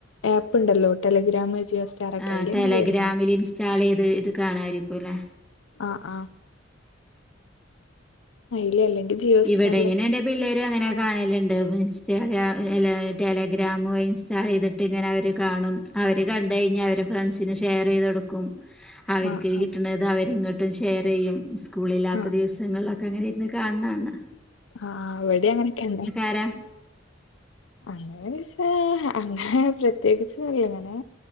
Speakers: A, on the left; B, in the centre.
A: ആപ്പ് ഉണ്ടല്ലോ ടെലിഗ്രാം ജിയോ സ്റ്റാർ ഒക്കെ
B: ആഹ്
A: അയില്
B: ടെലഗ്രാമില്
A: ഇങ്ങനെ കേറി കാണും
B: ഇൻസ്റ്റാൾ ചെയ്ത് ഇത് കാണാമായിരിക്കും ല്ലേ
A: ആഹ് ആഹ് ഐലേ അല്ലെങ്കിൽ ജിയോ സ്റ്റാറിലൊക്കെ
B: ഇവിടെങ്ങനെന്റെ പിള്ളേരും അങ്ങനെ കാണലുണ്ട് ഇൻസ്റ്റാഗ്രാം <unintelligible> ടെലഗ്രാും ഇൻസ്റ്റാ ഇത് ട്ടിങ്ങനെ അവര് കാണും അവര്കണ്ടെഴിഞാ അവര് ഫ്രണ്ട്സിന്ഷെയറൈയ്ത് കൊടുക്കും അവർക്ക്കിട്ടണത്അവരിങ്ങട്ട്
A: ആഹ് ആഹ്
B: ട്ടുംഷെയറെയ്യുംസ്കൂളില്ലാത്തദിവസങ്ങളിലൊക്കെഅങ്ങനെരുന്ന്കാ
A: ആഹ്
B: ൺണാണ
A: ആഹ് ഇവിടെ അങ്ങനെയൊക്കെ തന്നെ
B: ആരാ
A: അങ്ങനെചോയിച്ചാ അങ്ങനെ പ്രത്യേകിച്ചിലങ്ങനെ